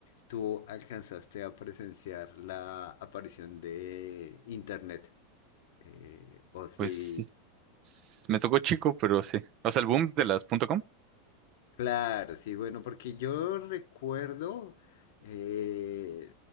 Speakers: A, on the left; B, on the right.
A: tú alcanzaste a presenciar la aparición de Internet eh, o si
B: pues sí? s- Me tocó chico, pero sí. O sea, el boom de las punto .com.
A: Claro, sí, bueno, porque yo recuerdo, eh,